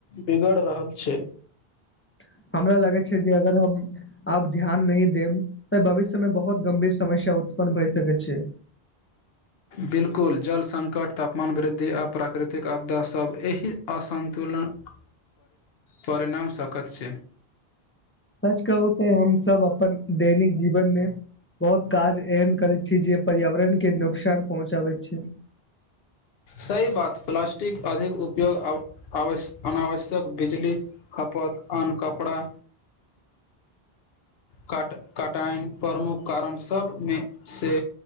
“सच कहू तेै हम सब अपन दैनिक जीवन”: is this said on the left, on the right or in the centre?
Left